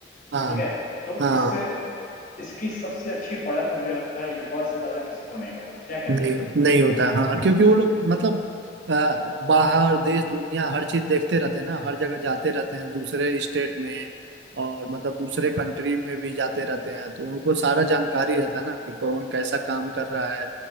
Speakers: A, on the right; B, on the left.
A: हाँ
B: ठीक है तो
A: हाँ
B: इससे इसकी सबसे अच्छी पड़क मुझे लगता है युवा से ज्यादा किसी को नहीं होगा क्या कहते
A: नहीं
B: हो
A: नहीं होता हाँ क्योंकि वो लोग मतलब अ, बाहर देश दुनिया हर चीज देखते रहते हैं ना हर जगह जाते रहते हैं दूसरे स्टेट में और मतलब दूसरे कंट्री में भी जाते रहते हैं तो उनको सारा जानकारी रहता है ना कि कौन कैसा काम कर रहा है